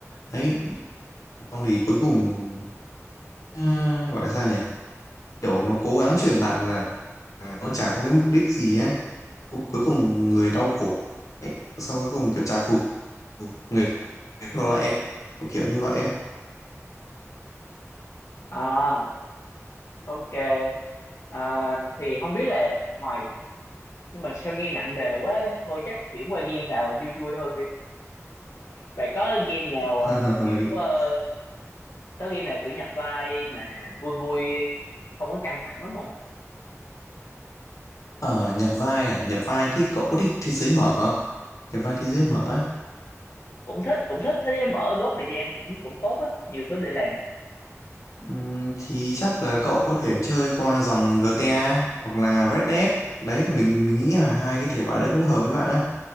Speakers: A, on the left (about 85°); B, on the left (about 60°).
A: đấy xong thì cuối cùng ờ, gọi là sao nhỉ kiểu nó cố gắng truyền tải là nó chả có cái mục đích gì á cuối cùng người đau khổ ấy. sau cuối cùng kiểu trả thù người đó là em kiểu, kiểu như vậy ấy.
B: à ok Ờ, thì không biết là ngoài nhưng mà sao nghe nặng nề quá thôi chắc chuyển qua game nào vui vui hơn Bạn có game nào
A: <laughs>
B: ờ, kiểu ờ, có game nào kiểu nhập vai mà vui vui không có căng thẳng lắm không?
A: ờ nhập vai à nhập vai thì cậu có thích thế giới mở không nhập vai thế giới mở á
B: Cũng thích cũng thích thế mở đốt thời gian cũng cũng tốt á, nhiều thứ để làm.
A: Ừm, thì chắc là cậu có thể chơi qua dòng GTA hoặc là Red Dead đấy là mình mình nghĩ là hai cái thể loại đấy cũng hợp với bạn á